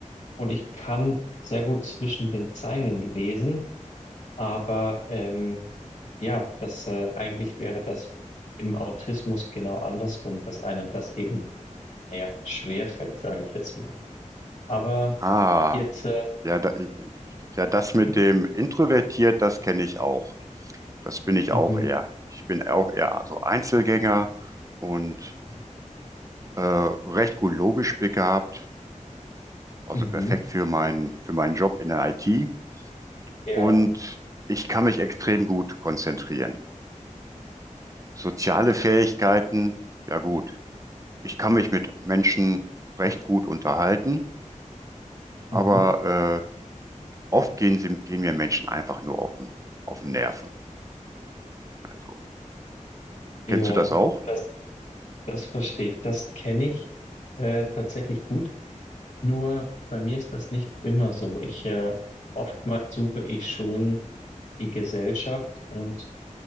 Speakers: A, on the left; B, on the right.
A: und ich kann sehr gut zwischen den Zeilen lesen, aber ähm, ja, das äh, eigentlich wäre das im Autismus genau andersrum, dass einem das eben, naja, schwerfällt, sage ich jetzt mal. Aber
B: Ah,
A: jetzt, äh,
B: ja, da, ja, das
A: mhm,
B: mit dem introvertiert, das kenne ich auch. Das bin ich
A: mhm,
B: auch eher. Ich bin auch eher so Einzelgänger und
A: mhm,
B: äh, recht gut logisch begabt also
A: mhm.
B: perfekt für mein, für meinen Job in der IT.
A: ja,
B: Und ich kann mich extrem gut konzentrieren. Soziale Fähigkeiten,
A: das,
B: ja gut. Ich kann mich mit Menschen recht gut unterhalten, aber
A: mhm.
B: äh, oft gehen sie, gehen mir Menschen einfach nur auf den, auf den Nerven. Also,
A: Ja,
B: kennst du das auch?
A: das, das verstehe ich. Das kenne ich äh, tatsächlich gut. Nur bei mir ist das nicht immer so. Ich äh, oftmals suche ich schon die Gesellschaft und